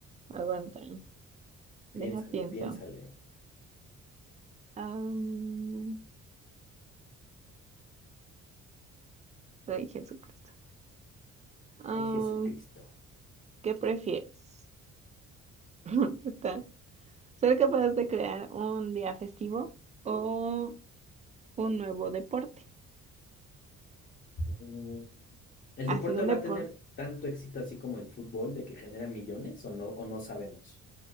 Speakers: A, on the right; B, on the left.
A: aguanta.
B: Piénsale,
A: Deja, pienso.
B: piénsale.
A: Am, ay, Jesucristo. Am,
B: Ay, Jesucristo.
A: ¿qué prefieres? <laughs> Está. ¿Ser capaz de crear un día festivo o un nuevo deporte?
B: Mm, ¿El
A: Así
B: deporte
A: un
B: va
A: deporte.
B: a tener tanto éxito así como el fútbol de que genera millones o no, o no sabemos?